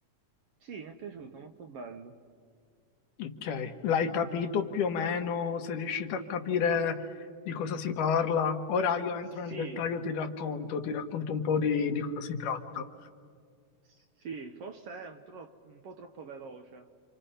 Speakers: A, on the right; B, on the left.
A: Sì, mi è piaciuto, molto bello.
B: Ok, l'hai capito più o meno? Sei riuscito a capire di cosa si parla? Ora io entro
A: Sì,
B: nel dettaglio, ti racconto, ti racconto un po' di, di cosa si tratta.
A: Sì, forse è un, tro- un po' troppo veloce,